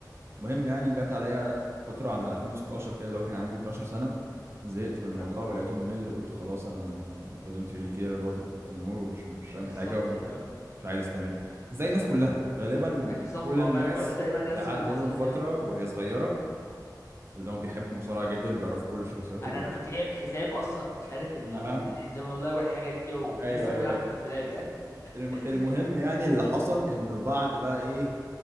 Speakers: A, on the right; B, on the left.
A: المهم يعني جت عليا فتره على 2016 كده اللي هو كان عندي 12 سنه زهقت من الموضوع
B: أيوة.
A: ولقيته ممل قلت خلاص انا I don't really care about it anymore ومش مش
B: بالظبط
A: فاهم حاجه ومش
B: يعني اه
A: عايز استمر زي الناس كلها غالبا
B: بالظبط
A: كل
B: ما
A: الناس
B: هو فعلا ما ده تقريبا نفس
A: بيعدي
B: اللي حصل
A: لهم فتره
B: لي يعني
A: وهي صغيره اللي هم بيحبوا المصارعه جدا وبيعرفوا كل الشخصيات
B: انا
A: وبي
B: انا كنت جايب حزام اصلا مش عارف الحزام
A: اها
B: والله والحاجات دي وانا
A: ايوه
B: لسه
A: ايوه
B: موجود عندي
A: ايوه
B: في الدولاب يعني
A: الم-
B: <laughs>
A: المهم يعني اللي حصل انه بعد بقى ايه